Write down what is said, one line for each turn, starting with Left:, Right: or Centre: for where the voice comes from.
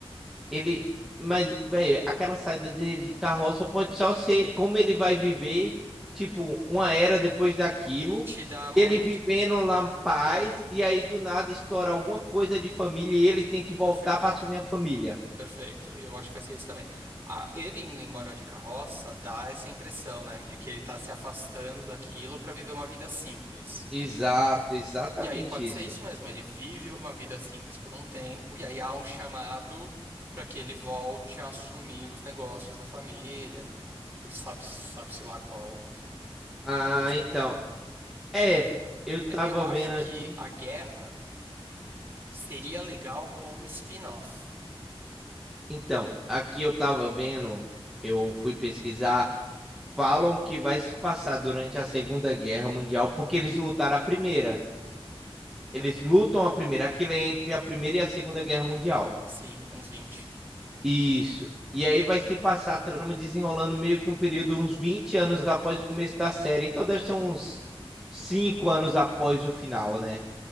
Centre: Ele, mas, velho, aquela saída dele de carroça pode só ser como ele vai viver, tipo, uma era depois daquilo,
Right: Te dá muito?
Centre: ele vivendo lá em paz, e aí do nada estoura alguma coisa de família e ele tem que voltar
Right: Perfeito,
Centre: para assumir a família.
Right: perfeito. Eu acho que vai ser isso também. Ah, ele indo embora de carroça dá essa impressão, né? De que ele tá se afastando daquilo para viver uma vida simples.
Centre: Exato, exatamente
Right: E aí pode
Centre: isso.
Right: ser isso mesmo, ele vive uma vida simples por um tempo, e aí há um chamado para que ele volte a assumir os negócios da família, por sabe, sabe-se lá qual,
Centre: Ah,
Right: qual a questão.
Centre: então, é, eu
Right: É,
Centre: tava
Right: eu acho
Centre: vendo aqui.
Right: que a guerra seria legal como spin-off.
Centre: Então, aqui eu tava vendo, eu fui pesquisar, falam que vai se passar durante a Segunda Guerra Mundial porque eles lutaram a primeira. Eles lutam a primeira, aquilo é entre a Primeira e a Segunda Guerra Mundial.
Right: Sim, anos vinte
Centre: Isso. E aí vai se passar a trama desenrolando meio que um período uns 20 anos após o começo da série. Então deve ser uns 5 anos após o final, né?